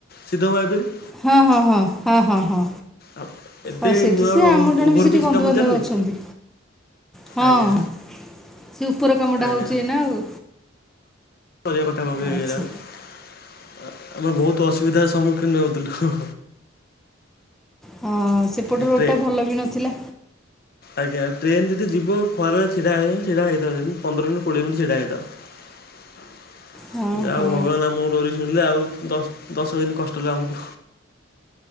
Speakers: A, on the left; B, in the centre.
A: ସିଧ ମହାବିରି ଭପାରରି ସିଦ୍ଧଙ୍କ ଭାଇପାରରି
B: ହଁ ହଁ ହଁ, ହଁ ହଁ ହଁ।
A: ଆ ଏବେ
B: ଆଉ ସେଇଠି
A: ନୂଆ
B: ସେ
A: ଗୋଟେ
B: ଆମର
A: ଓଭର୍
B: ଜଣେ ବି
A: ଭରବ୍ରିଜ୍
B: ସେଠି ବନ୍ଧୁବାନ୍ଧବ
A: କାମ ଚାଲିନି।
B: ଅଛନ୍ତି ହଁ
A: ଆଜ୍ଞା
B: ସେ ଉପରେ କାମଟା
A: ଆଜ୍ଞା
B: ହୋଉଚି। ଏନା ଆଉ
A: କରିବା ପାଖା‌ପାଖି କାମ ହେଇଗଲାଣି
B: ଆଚ୍ଛା
A: ଆମେ ବହୁତ ଅସୁବିଧାର ସମ୍ମୁଖୀନ ହଉଥିଲୁ
B: ହଁ। ସେପଟ
A: ଏଵେ
B: ରୋଡ଼୍ଟା ଭଲ ବି ନଥିଲା
A: ଆଜ୍ଞା ଟ୍ରେନ ଯଦି ଯିବ ଖରା ଛିଡା ହେଇ ଛିଡା ହେଇଥାଉ ପନ୍ଦର ମିନିଟ କୋଡିଏ ମିନିଟ ଛିଡା ହେଇଥାଉ। <unintelligible>
B: ହଁ
A: ଆଉ
B: ହଁ
A: ଭଗବାନ ଆମ ଡୋରି ଶୁଣିଲେ ଆଉ ଦଶ ଦଶ ଦିନ କଷ୍ଟ ହେଲା ଆମକୁ